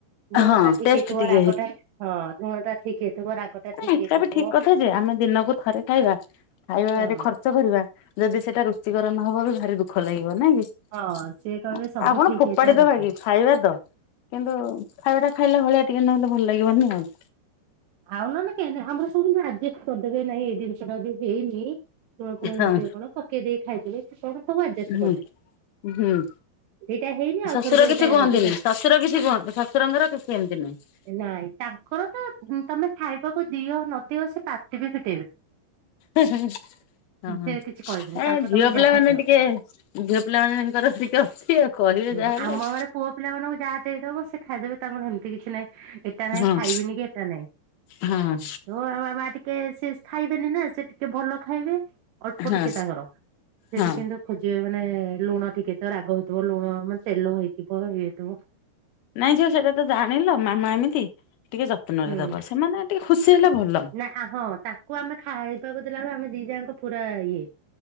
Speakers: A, on the right; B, on the left.
A: ଲୁଣ
B: ହଁ
A: ଟା ଠିକ୍
B: ଟେଷ୍ଟ
A: ହେଇଥିବ
B: ଟିକେ
A: ରାଗଟା ହଁ ଲୁଣ ଟା ଠିକେ ଥିବ ରାଗ ଟା
B: ନା
A: ଠିକ
B: ଏଇଟା
A: ହେଇଥିବ
B: ବି ଠିକ କଥା ଯେ ଆମେ ଦିନକୁ ଥରେ ଖାଇବା ଖାଇବାରେ
A: ହଁ।
B: ଖର୍ଚ୍ଚ ଚ କରିବା ଯଦି ସେଇଟା ରୁଚିକର ନହବ ବି ଭାରି ଦୁଃଖ ଲାଗିବ ନାଇଁ କି
A: ହଁ ସିଏ କହିବେ ସବୁ
B: ଆଉ କଣ
A: ଠିକ
B: ଫୋପାଡ଼ି
A: ହେଇଥିବା ଦରକାର।
B: ଦବା କି ଖାଇବା ତ କିନ୍ତୁ ଖାଇବା ଟା ଖାଇଲା ଭଳିଆ ଟିକେ ନହେଲେ ଭଲ ଲାଗିବନି ଆଉ
A: ଆଉ ନ ହେଲେ କେହି ନାଇଁ ଆମର ସବୁୁ କିନ୍ତୁ ଆଡଜଷ୍ଟ କରିଦେବେ ନାଇଁ ଏଇ ଜିନିଷ ଟା ଯଦି ହେଇନି। ପୁଣ ପୁଣ ହେଇନଥିବ
B: ହଁ
A: କଣ ପକେଇ ଦେଇ ଖାଇ ଦେବେ କଣ ସବୁ ଆଡଜଷ୍ଟ
B: ହୁଁ
A: କରିଦେବେ।
B: ହୁଁ।
A: ଏଇଟା ହେଇନି। ଆଉ
B: ଶଶୁର
A: ଥରକୁ
B: କିଛି
A: ଏଇଟା
B: କୁହନ୍ତିନି,
A: ଅଧିକ
B: ଶଶୁର କିଛି କୁହନ୍ତି, ଶଶୁରଙ୍କର କିଛି ଏମିତି ନାହିଁ।
A: ନାଇଁ ତାଙ୍କର ତ ତମେ ଖାଇବାକୁ ଦିଅ ନଦିଅ ସେ ପାଟି ବି ଫି
B: ହେ, ହେ, ହଁ,
A: ସେ
B: ହଁ,
A: କିଛି କହିବେନି
B: ଏ
A: ତାଙ୍କୁ
B: ଝିଅ
A: ତମେ ଯାହା
B: ପିଲାମାନେ
A: ଦିଅ।
B: ଟିକେ ଝିଅ ପିଲା ମାନଙ୍କର ଟିକେ ଅଛି ଆଉ କହିବେ
A: ହୁଁ,
B: ଯାହେଲେ।
A: ଆମ ଘରେ ପୁଅ ପିଲା ମାନଙ୍କୁ ଯାହା ଦେଇଦବ ସେ ଖାଇଦବେ ତାଙ୍କର ହେମିତି କିଛି ନାହିଁ ଏଟା ନାହିଁ।
B: ହଁ
A: ଖାଇବିନି କି ଏଟା ନାଇଁ
B: ହଁ
A: ହୁଁ। ହଁ ଆ ବାବା ଟିକେ ସେ ଖାଇବେନି ନା ସେ ଟିକେ ଭଲ ଖାଇବେ। ଅଳ୍ପ
B: ହଁ
A: ଟିକେ ତାଙ୍କର ସେଠି
B: ହଁ
A: କିନ୍ତୁ ଖୋଜିବେ ମାନେ ଲୁଣ ଠିକ୍ ହେଇଥିବ, ରାଗ ହେଇଥିବ, ଲୁଣ ମାନେ ତେଲ ହଇଥିବ ଇଏ ହେଇଥିବ।
B: ନାଇଁ ଝିଅ ସେଟା ତ ଜାଣିଲ ମାମା ଏମିତି ଟିକେ ଯତ୍ନରେ
A: ହୁଁ
B: ଦବ ସେମାନେ ଟିକେ ଖୁସି ହେଲେ ଭଲ।
A: ନା ହଁ ତାଙ୍କୁ ଆମେ ଖାଇବାକୁ ଦେଲାବେଳେ ଆମେ ଦି ଯାଆଙ୍କ ପୁରା ଇଏ।